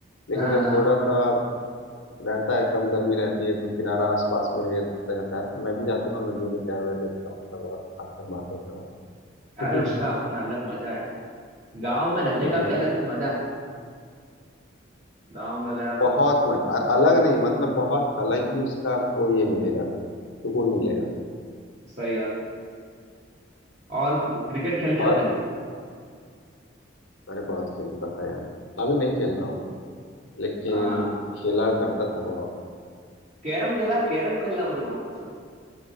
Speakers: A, on the left (about 75°); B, on the right (about 35°).
A: लेकिन
B: हाँ
A: जब
B: हाँ
A: थोड़ा सा रहता है कम गर्मी रहती है तो किनारा आसपास में रह, रहता है तो मैं भी जाता हूँ नदियों में तैर वैर लेता हूँ थोड़ा बहुत पत्थर मार लेता हूँ
B: अरे उसका
A: <laughs>
B: अपना अलग मजा है गाँव में रहने
A: और
B: का
A: नहीं
B: भी अलग
A: तो
B: एक मजा है गाँव में अगर आप
A: बहुत
B: रहो तो
A: मजा अ- अलग नहीं मतलब बहुत अलग ही उसका आपको ये मिलेगा सुकून मिलेगा
B: सही बात है और क्रिकेट खेलते
A: और
B: हो कि नहीं
A: अरे बहुत खेलता था यार अभी नहीं खेल रहा हूँ लेकिन
B: हाँ
A: खेला करता था बहुत
B: कैरम खेला है कैरम खेलना मुझे बहुत पसंद है